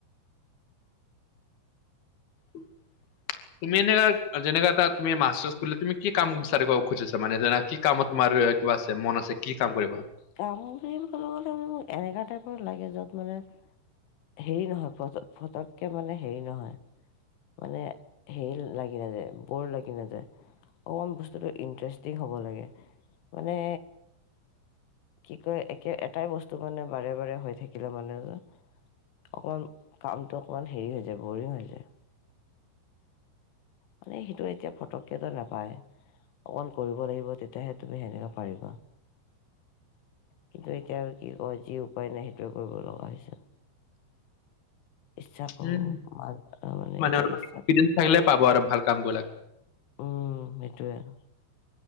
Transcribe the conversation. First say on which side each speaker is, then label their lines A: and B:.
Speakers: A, on the left (about 60°); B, on the left (about 80°).
A: উম', তুমি এনেকা, যেনেকা এটা তুমি মাষ্টাৰ খুলিলে, তুমি কি কাম বিচাৰিব খুজিছা মানে যেনে কি কামত? তোমাৰ কিবা আছে মন আছে কি কাম কৰিবা?
B: কাম বুলি ক'লে মানে, মোক এনেকুৱা টাইপৰ লাগে য'ত মানে', হেৰি নহয় ফট', - ফটককে মানে হেৰি নহয়', মানে হেৰি লাগি নাযায়, বোৰ লাগি নাযায়', অকণমান বস্তুটো ইণ্টাৰেষ্টিং হ'ব লাগে, মানে', কি কয়, একে এটাই বস্তু মানে বাৰে বাৰে হৈ থাকিলে মানে যে', অকণমান কামটো অকণমান হেৰি হৈ যায়, বোৰিং হৈ যায়', মানে সেইটো এতিয়া ফটককে টো নাপায়', অকমান কৰিব লাগিব তেতিয়াহে তুমি সেনেকে পাৰিবা', কিন্তু এতিয়া কি কয়? যি উপায় নাই সেইটোৱে কৰিব লগা হৈছে', ইচ্ছা কোৰো
A: উম,
B: মা', - মানে এইটোৱে
A: অলপ
B: ইচ্ছা
A: এক্সপিৰিয়েঞ্চ
B: কো',
A: থাকিলে পাব আৰু ভাল কামবিলাক।
B: উম', -উম', সেইটোৱে আৰু ',